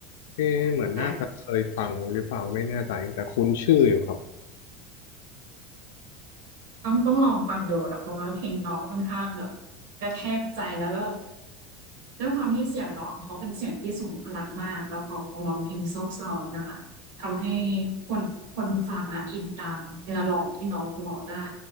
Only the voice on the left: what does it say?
เอ๊ะเหมือนน่าจะเคยฟังหรือเปล่าไม่แน่ใจแต่คุ้นชื่ออยู่ครับ